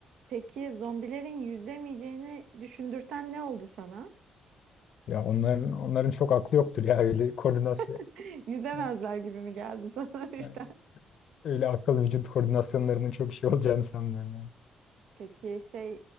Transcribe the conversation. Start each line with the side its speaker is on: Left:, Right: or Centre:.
Right: Peki zombilerin yüzemeyeceğini düşündürten ne oldu sana?
Left: Ya onların onların çok aklı yoktur ya öyle koordinasyon
Right: <laughs> Yüzemezler
Left: ya,
Right: gibi mi geldi sana <laughs> birden?
Left: yani öyle akıl vücut koordinasyonlarının çok şey olacağını sanmıyorum. Yani.
Right: Peki şey